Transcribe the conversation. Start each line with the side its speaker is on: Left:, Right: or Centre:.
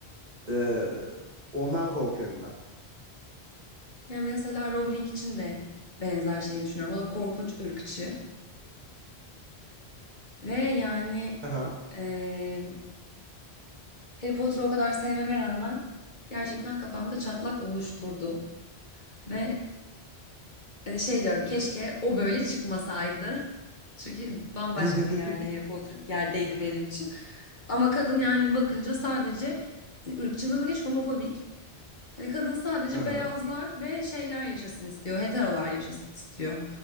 Right: E, ondan korkuyorum ben.
Left: Ya mesela Rowling için de benzer şeyi düşünüyorum. O da korkunç ırkçı. Ve yani
Right: Aha.
Left: eee Harry Potter'ı o kadar sevmeme rağmen gerçekten kafamda çatlak oluşturdu. Ve hani şey diyorum keşke o böyle çıkmasaydı. <laughs> Çünkü bambaşka
Right: <laughs>
Left: bir yerde Harry Potter yerdeydi benim için. Ama kadın yani bakınca sadece hani ırkçılığını geç homofobik. Hani kadın sadece
Right: Aha.
Left: beyazlar ve şeyler yaşasın istiyor. Heterolar yaşasın istiyor.